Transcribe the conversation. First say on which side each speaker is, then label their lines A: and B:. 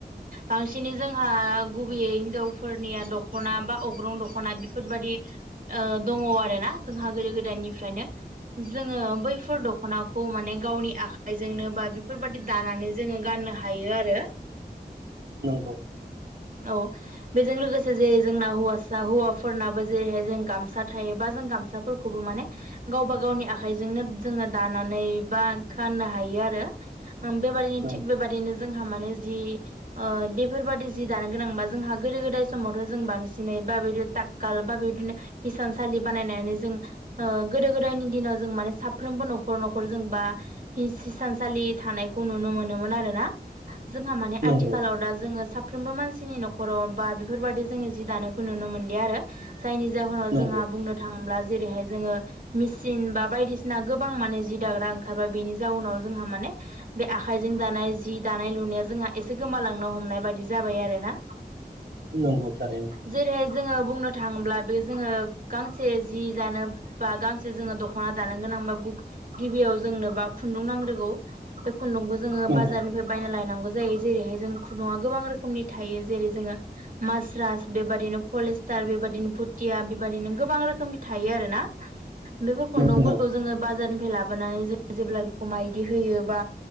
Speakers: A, on the right; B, on the right.
A: बांसिनै जों हा गुबैयै हिनजावफोरनिया दख'ना बा अग्रं दख'ना बेफोरबायदि ओ दङ आरोना जोंहा गोदो गोदायनिफ्रायनो जोङो बैफोर दख'नाखौ माने गावनि आखाइजोंनो बा बेफोरबायदि दानानै जोङो गाननो हायो आरो।
B: नंगौ
A: औ बेजों लोगोसे जेरै जोंना हौवासा हौवाफोरनाबो जेरैहाय जों गामसा थायोबा जों गामसाफोरखौबो माने गावबा गावनि आखाइजोंनो जोङो दानानै बा फाननो हायो आरो बेबायदिनो
B: नंगौ
A: थिग बेबायदिनो जों -हा माने जि ओ बेफोरबादि जि दानो गोनांबा जोंहा गोदो गोदाय समावथ' जों बांसिनै बा तातकाल बा बिदिनो हिसानसालि बानायनानै जों ओ गोदो गोदायनि दिनाव जों माने साफ्रोमबो न'खर न'खरजों बा हि हिसानसालि थानायखौ नुनो मोनोमोन आरोना? जोंहा माने
B: नंगौ
A: आथिखालाव दा जोङो सा साफ्रोमबो मानसिनि न'खराव बा बेफोरबादि जोङो जि दानायखौ नुनो मोनलिया आरो। जायनि जाहोनाव
B: नंगौ
A: जोंहा बुंनो थाङोब्ला जेरैहाय जोङो मिसिन बा बायदिसिना गोबां माने जि दाग्रा ओं ओंखारबाय बेनि जाउनाव जोंहा माने बे आखाइजों दानाय जि दानाय लुनाया जोंहा एसे गोमालांनो हम नाय बादि जाबाय आरोना?
B: नंगौ थारैनो।
A: जेरैहाय जोङो बुंनो थाङोब्ला बे जोङो गांसे जि दानो बा गांसे जोङो दख'ना दानो गोनां - बा गिबियाव जों जोंनोबा खुन्दुं नांग्रोगौ बे खुन्दुंखौ जोङो
B: नंगौ
A: बाजारनिफ्राय बायना लायनांगौ जायो। जायो जेरैहाय जों खुन्दुंआ गोबां रोखोमनि थायो जेरै जोङो मासरास बेबादिनो फलेसतार बेबायदिनो फुथिया बेबायदिनो गोबां रोखोमनि थायो आरोना? बेफोर खुन्दुंफोरखौ
B: नंगौ
A: जोङो बाजारनिफ्राय लाबोनानै जों जेब्ला बेखौ माइदि होयोबा